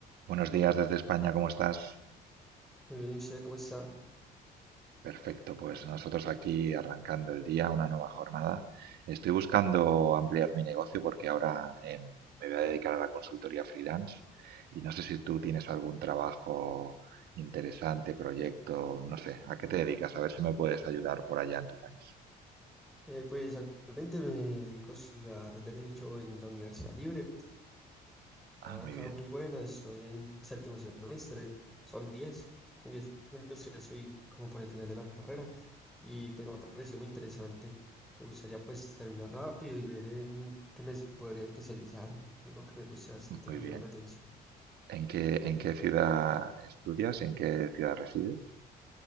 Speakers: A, on the right (about 70°); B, in the centre.
A: Buenos días desde España, ¿cómo estás?
B: Muy bien, ¿y usted cómo está?
A: Perfecto, pues nosotros aquí arrancando el día, una nueva jornada. Estoy buscando ampliar mi negocio porque ahora em, me voy a dedicar a la consultoría freelance y no sé si tú tienes algún trabajo interesante, proyecto, no sé, ¿a qué te dedicas? A ver si me puedes ayudar por allá en tu país.
B: Eh, pues actualmente me dedico a estudiar Derecho en la Universidad Libre.
A: Ah,
B: Está
A: muy
B: Acá
A: bien,
B: muy buena, estoy en séptimo semestre, son 10 son 10 semestres, ya estoy como por el final de la carrera y pues me ha parecido muy interesante. Me gustaría pues terminar rápido y ver en qué me podría especializar, algo que me guste bastante
A: muy
B: y me
A: bien.
B: llama la atención.
A: ¿En qué, en qué ciudad estudias? ¿En qué ciudad resides?